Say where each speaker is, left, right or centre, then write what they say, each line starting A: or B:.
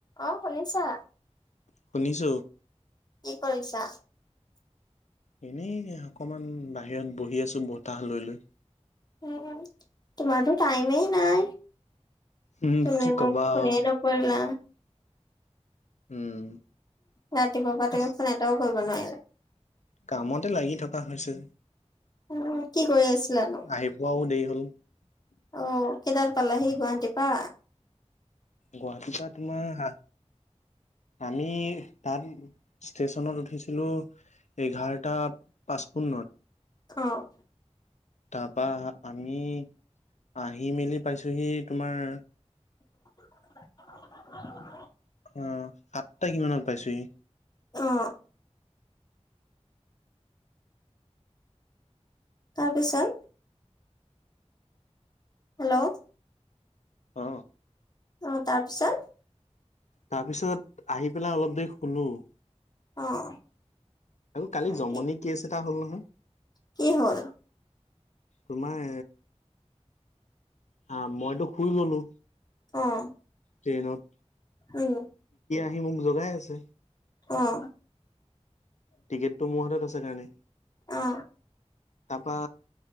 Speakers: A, on the left; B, on the left.
A: অ', শুনিছা
B: শুনিছো
A: কি কৰিছা?
B: এনেই অকমান বাহিৰত বহি আছো, বতাহ লৈ লৈ।
A: হম, হম, তোমাৰতো টাইমে নাই।
B: উম
A: তুমি
B: কি
A: মোক
B: কবা
A: ফোনে
B: আও
A: নকৰিলা।
B: উম।
A: ৰাতিপুৱা পা তুমি
B: এ
A: ফোন এটাও কৰিব নোৱাৰিলা।
B: কামতে লাগি থকা হৈছে।
A: উম কি কৰি আছিলানো
B: আহি পোৱাও দেৰি <unintelligible>
A: অ', কেটাত পালাহি গুৱাহাটী পা?
B: গুৱাহাটীৰ পা তোমাৰ আঠ আমি তাত ষ্টেশচনত উঠিছিলো এঘাৰটা পচপোন্নত।
A: অ'।
B: তাৰপা আমি আহি মেলি পাইছোহি তোমাৰ
A: <inaudible>
B: অ'। সাতটা কিমানত পাইছোহি।
A: অ তাৰপিছত হেল্ল'।
B: অ'।
A: অ, তাৰপিছত।
B: তাৰপিছত আহি পেলাই অলপ দেৰি শলো।
A: অ',
B: হ কালি জমনি
A: কি
B: কেচ এটা হ'ল নহয়।
A: কি হল।
B: তোমাৰ হা মইতো শুই গলো।
A: অ',
B: ট্ৰেইনত
A: উম,
B: সি মোক জগাই আছে।
A: অ',
B: টিকেটটো মোৰ হাতত আছে কাৰণে।
A: অ
B: তাৰপা